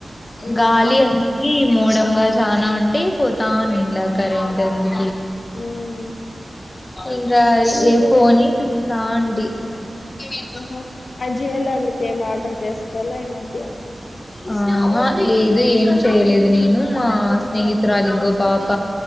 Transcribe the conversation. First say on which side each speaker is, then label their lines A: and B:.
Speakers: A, on the left (about 65°); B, on the left (about 30°).
A: మ్మ్
B: గాలి అకి మూడంగా చానా ఉంటే పోతాను ఇండా కరెంట్ అంది
A: ఉమ్
B: ఇంకా
A: నువ్వు
B: ఏ ఫోన్ తి తాండి ఇవి
A: ఆహా ఆ జియోలో అందుకే ఏం ఆర్డర్ చేసుకోవాలా ఈ మధ్య
B: ఆ ఇదే అ ఏం చేయలేదు నేను మా స్నేహితురాలి ఇంకో పాప